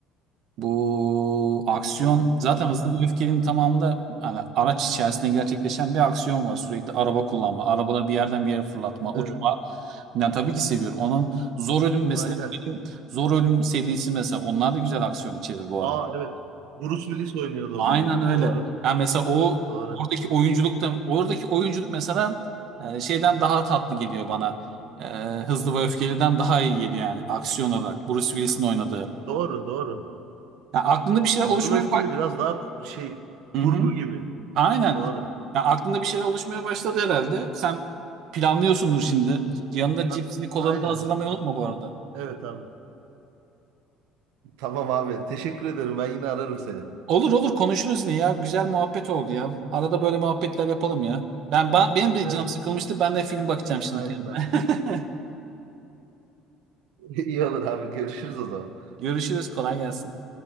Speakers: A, on the right; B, on the right.
A: Bu aksiyon zaten
B: Aha.
A: Hızlı ve Öfkeli'nin tamamında hani araç içerisinde gerçekleşen bir aksiyon var. Sürekli araba kullanma, arabaları bir yerden bir yere fırlatma, uçma.
B: Evet.
A: Yani tabii ki seviyorum. Onun Zor Ölüm mesela
B: Aynen.
A: benim Zor Ölüm serisi mesela onlar da güzel aksiyon içerir bu
B: Aa
A: arada.
B: evet. Bruce Willis oynuyordu
A: Aynen
B: onda.
A: öyle.
B: Doğru.
A: Yani mesela o
B: Doğru.
A: oradaki oyunculuk da oradaki oyunculuk mesela e, şeyden daha tatlı geliyor bana. E, Hızlı ve Öfkeli'den daha iyi geliyor yani aksiyon olarak. Bruce Willis'in oynadığı.
B: Doğru. Doğru.
A: Yani aklında bir şeyler
B: Hızlı
A: oluşmaya
B: ve Öfkeli biraz daha şey
A: Hı
B: kurgu gibi.
A: Aynen.
B: Doğru.
A: Ya aklında bir şey oluşmaya başladı herhalde. Sen planlıyorsundur şimdi. Yanında
B: A-
A: cipsini kolanı
B: aynen.
A: da hazırlamayı unutma bu arada.
B: Evet abi. Tamam abi. Teşekkür ederim. Ben yine ararım seni.
A: Olur olur konuşuruz yine ya. Güzel muhabbet oldu ya. Arada böyle muhabbetler yapalım ya. Ben, ben benim de
B: Evet.
A: canım sıkılmıştı. Ben de film bakacağım şimdi
B: Aynen
A: kendime.
B: abi. <laughs> İyi olur abi. Görüşürüz o zaman.
A: <laughs> Görüşürüz. Kolay gelsin.